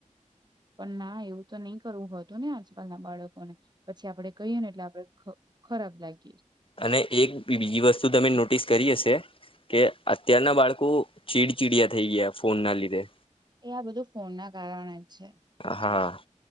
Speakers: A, on the right (about 35°); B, on the left (about 40°).
A: પણ ના એવું તો નહી કરવું હોતું ને આજકાલ ના બાળકોને પછી આપડે કહીએ ને એટલે આપડે ખરાબ લાગ્યું
B: અને એક બીજી વસ્તુ તમે નોટિસ કરી હશે કે અત્યારના બાળકો ચીડચીડયા થઈ ગયા ફોન ના લીધે
A: એ આ બધું ફોન ના કારણે જ છે
B: હા